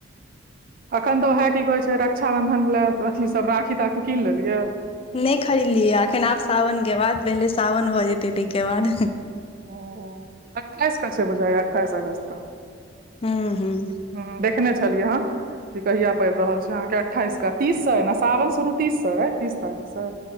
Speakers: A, on the right; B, on the left.
A: अखन तऽ ओहै की कहे छै रक्षााबंधन लै अथी सब राखी ताखी कीन लेलियै
B: नै खरीदलियै एखन आब सावन केँ बाद पहिले सावन भऽ जेतै तैय केँ बाद
A: ओ हो अठाइस कऽ छै बुझा अठाइस अगस्त कऽ
B: <unintelligible>
A: हु देखने छलियै हँ ई कहिया पड़ रहल छै अहाँकेँ अठाईस क तीस स यै न सावन शुरू तीस यऽ तीस तारीख स <inaudible>